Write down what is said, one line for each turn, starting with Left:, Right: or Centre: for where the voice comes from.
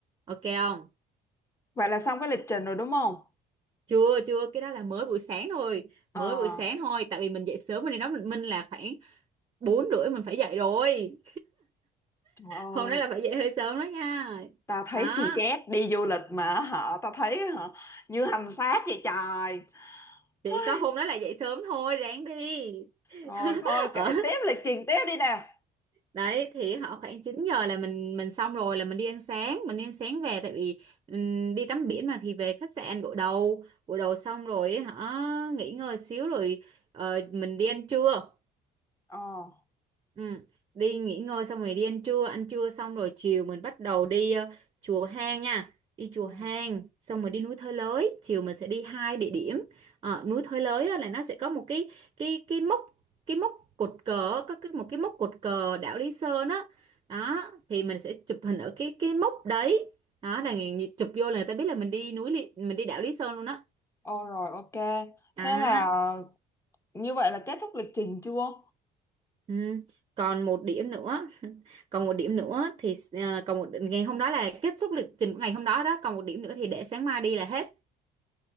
Right: ok không
Left: Vậy là xong cái lịch trình rồi đúng không?
Right: chưa chưa cái đó là mới buổi sáng thôi
Left: Ờ,
Right: mới buổi sáng thôi tại vì mình dậy sớm nên đó mình mình là khoảng bốn rưỡi mình phải dậy rồi
Left: trời
Right: hôm đó
Left: ơi,
Right: là phải dậy hơi sớm đó nha
Left: tao thấy
Right: đó
Left: xì chét đi du lịch mà họ tao thấy hả như hành xác vậy trời.
Right: chỉ
Left: Ai,
Right: có hôm đó là dậy sớm thôi ráng đi <laughs>
Left: Rồi thôi
Right: ở
Left: kể tiếp lịch trình tiếp đi nào.
Right: đấy thì họ khoảng 9 giờ là mình mình xong rồi là mình đi ăn sáng mình đi ăn sáng về tại vì ừm, đi tắm biển mà thì về khách sạn gội đầu gội đầu xong rồi họ nghỉ ngơi xíu rồi ờ, mình đi ăn trưa
Left: Ờ.
Right: Ừ, đi nghỉ ngơi xong rồi đi ăn trưa, ăn trưa xong rồi chiều mình bắt đầu đi ờ, chùa Hang nha. Đi chùa
Left: Ừ.
Right: Hang xong rồi đi núi Thới Lới, chiều mình sẽ đi hai địa điểm. Ờ, núi Thới Lới á là nó sẽ có một cái cái cái mốc cái mốc cột cờ có cái một cái mốc cột cờ đảo Lý Sơn á. Đó, thì mình sẽ chụp hình ở cái cái mốc đấy. Đó là người- chụp vô là người ta biết là mình đi núi Lý- mình đi đảo Lý Sơn luôn á.
Left: Ô rồi ok.
Right: Đó.
Left: Thế là như vậy là kết thúc lịch trình chưa?
Right: Ừ. Còn một điểm nữa <laughs> còn một điểm nữa thì ờ, còn một ngày hôm đó là kết thúc lịch trình của ngày hôm đó đó còn một điểm nữa thì để sáng mai đi là hết